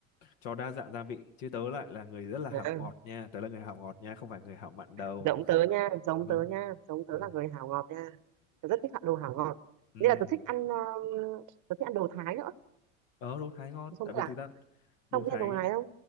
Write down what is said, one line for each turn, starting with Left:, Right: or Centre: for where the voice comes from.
Left: cho đa dạng gia vị chứ tớ lại là người rất là hảo
Right: à,
Left: ngọt nha tớ là người hảo ngọt nha không phải người hảo mặn đâu
Right: giống tớ nha giống
Left: ừ.
Right: tớ nha giống tớ
Left: Ừ.
Right: là người hảo ngọt nha tớ rất thích ăn đồ hảo ngọt
Left: Ừ.
Right: nên là tớ thích ăn ờ, tớ thích ăn đồ Thái nữa
Left: ờ đồ Thái ngon
Right: Thì không
Left: tại
Right: biết
Left: vì
Right: là
Left: thực ra đồ
Right: không biết
Left: Thái
Right: ăn đồ Thái không